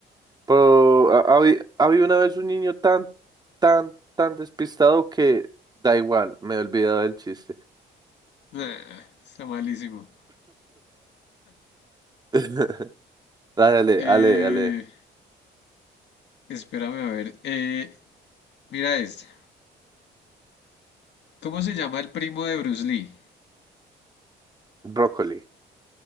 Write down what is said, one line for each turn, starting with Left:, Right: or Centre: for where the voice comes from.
Right: pero ha, ha habi- ha una vez un niño tan, tan, tan despistado que da igual, me he olvidado del chiste.
Left: Nah, está malísimo.
Right: <laughs> Dale,
Left: Eh,
Right: dale, dale, dale.
Left: espérame a ver. Eh, mira esta. ¿Cómo se llama el primo de Bruce Lee?
Right: Brócoli.